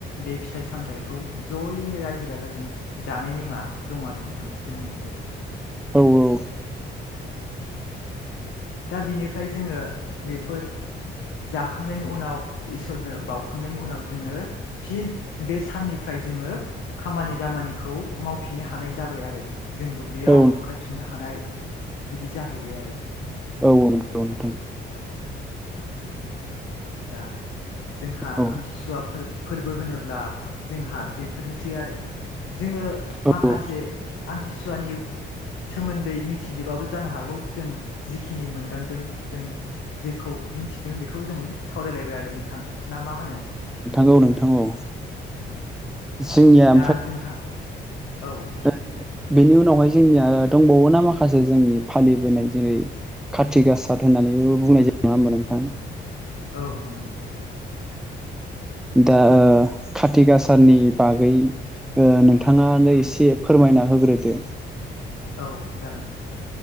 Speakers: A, on the left; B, in the centre.
A: बे फिथाइ सामथाइखौ जयैनो रायजो राजाजों जानाय नेमा दं आरो नोंथां जोंनियावबो।
B: औ औ।
A: दा बिनिफ्राय जोङो बेफोर जाखांनायनि उनाव इसोरनो बाउखांनायनि उनाव जोङो फिन बे साननिफ्राय जोङो खामानि दामानिखौ मावफिननो हानाय जाबाय आरो जों दु ब्लियाव
B: ओ
A: ओंखारफिननो हानाय बिदि जाहैबाय आरो।
B: औ औ नंगौ नोंथां।
A: दा जोंहा
B: औ
A: आमथिसुवा फोर-फोरबो होनोब्ला जोंहा बेफोरनोसै आरो। जोङो
B: औ
A: माखासे आमथिसुवानि सोमोन्दै मिथिजोबाबो जानो हागौ जों जिखिनि मोनदांदों, जों जेखौ मिथिदों बेखौ जों सावरायलायबाय आरो नोंथां ना मा होनो?
B: नोंथां औ नोंथां औ। जोंनिया
A: दा जोंहा औ
B: दा बेनि उनावहाय जोंनिया दंबावोना माखासे जोंनि फालिबोनाय जेरै काति गासाद होननानैबो बुंनाय जायो नङा होमबा नोंथां?
A: औ नंगौ।
B: दा ओ काति गासानि बागै ओ नोंथाङानो एसे फोरमायना होग्रोदो।
A: औ जागोन नोंथां।